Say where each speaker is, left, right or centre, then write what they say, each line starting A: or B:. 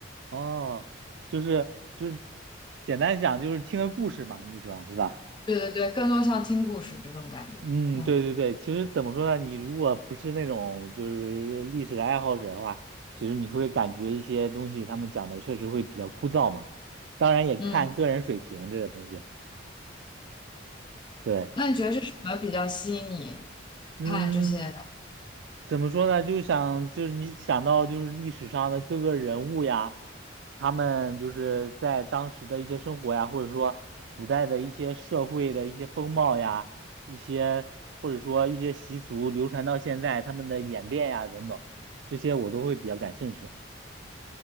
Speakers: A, on the right; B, on the left.
A: 哦，就是就是简单讲就是听个故事嘛，你喜欢是吧？
B: 对对对，更多像听故事这种感觉，
A: 嗯，
B: 嗯。
A: 对对对，其实怎么说呢？你如果不是那种就是历史的爱好者的话，其实你会感觉一些东西他们讲的确实会比较枯燥嘛。当然也看个人水平这个东西。
B: 嗯。
A: 对，
B: 那你觉得是什么比较吸引你
A: 嗯，
B: 看这些？
A: 怎么说呢？就想就是你想到就是历史上的各个人物呀，他们就是在当时的一些生活呀，或者说古代的一些社会的一些风貌呀，一些或者说一些习俗流传到现在，他们的演变呀等等，这些我都会比较感兴趣。